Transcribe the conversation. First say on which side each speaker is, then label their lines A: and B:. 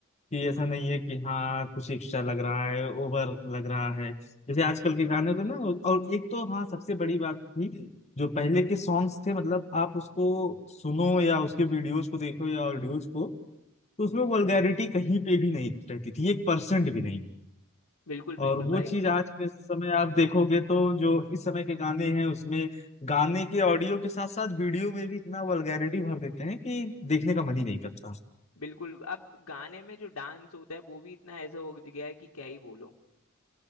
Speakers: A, on the left (about 30°); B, on the left (about 85°).
A: कि ऐसा नहीं है कि हाँ कुछ एक्स्ट्रा लग रहा है ओवर लग रहा है जैसे आजकल के गाने होते हैं ना और एक तो हाँ सबसे बड़ी बात थी जो पहले के सॉन्ग्स थे मतलब आप उसको सुनो या उसके वीडियोज को देखो या ऑडियोज को तो उसमें वल्गैरिटी कहीं पे भी नहीं रहती थी एक परसेंट भी नहीं
B: बिल्कुल
A: और
B: बिल्कुल
A: वो
B: भाई
A: चीज आज के समय आप देखोगे तो जो इस समय के गाने हैं उसमें गाने के ऑडियो के साथ साथ वीडियो में भी इतना वल्गैरिटी भर देते हैं कि देखने का मन ही नहीं करता
B: बिल्कुल अब गाने में जो डांस होता है वो भी इतना ऐसा हो गया है कि क्या ही बोलो